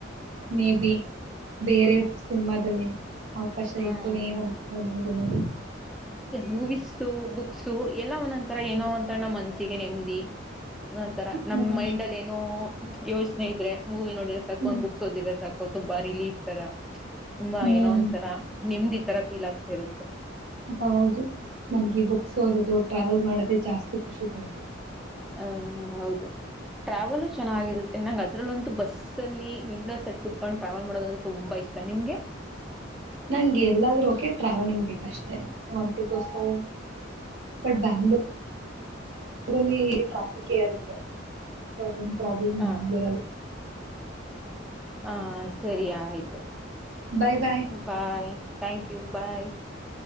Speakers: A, on the right; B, in the centre.
A: ಮೇ ಬಿ ಬೇರೆ ಸಿನಿಮಾದಲ್ಲಿ ಅವಕಾಶ
B: ಹ್ಮ್
A: ಇತ್ತು ಏನೊ ಗೊತ್ತಿಲ್ಲ ನಮಗುನೂ
B: ಮೂವಿಸ್ ಬುಕ್ಸು ಎಲ್ಲ ಒಂದೊಂಂತರ ಏನೋ ಅಂತ ನಮ್ಮ್ ಮನ್ಸಿಗೆ ನೇಮದಿ <unintelligible> ಒಂತರ ನಮ್
A: ಹ್ಮ್
B: ಮೈಂಡಲ್ಲಿ ಏನೋ ಯೋಚನೆ ಇದ್ರೆ ಮೂವಿ ನೋಡಿದ್ರೆ ಸಾಕು
A: ಹ್ಮ್
B: ಒನ್ ಬುಕ್ಸ್ ಓದಿದ್ರೆ ಸಾಕು ತುಂಬಾ ರಿಲೇಫ್ ತರ ತುಂಬಾ
A: ಹ್ಮ್
B: ಏನೋ ನಿಮ್ದ್ ಈ ತರ ಪೀಲ್ ಆಗ್ತಿ ಇರುತ್ತೆ
A: ಹೌದು ನನ್ಗೆ ಬುಕ್ಸ್ ಓದದು ಟ್ರಾವೆಲ್ ಮಾಡದೆ ಜಾಸ್ತಿ ಖುಷಿ ಕೊಡದು
B: ಆ ಹೌದು ಟ್ರಾವೆಲು ಚೆನ್ನಾಗಿರುತ್ತೆ ನಂಗ್ ಅದರಲ್ಲಂತೂ ಬಸ್ ಅಲ್ಲಿ ವಿಂಡೋ ಸೆಟ್ ಕೂತ್ಕೊಂಡು ಟ್ರಾವೆಲ್ ಮಾಡೋದಂದ್ರೆ ತುಂಬಾ ಇಷ್ಟ ನಿಮ್ಗೆ
A: ನಂಗೆ ಎಲ್ಲಾದರೂ ಓಕೆ ಟ್ರಾವೆಲಿಂಗ್ ಬೇಕಷ್ಟೆ I want to go so but Bangalore ಬೆಂಗಳೂರಲ್ಲಿ ಟ್ರಾಫಿಕ್ ಇರುತ್ತೆ ಸೊ ಅದೊಂದು ಪ್ರಾಬ್ಲಮ್ಮೆ
B: ಹ
A: ಬೆಂಗಳೂರಲ್ಲಿ
B: ಹ ಸರಿ ಆಯ್ತು
A: bye bye
B: bye thank you you bye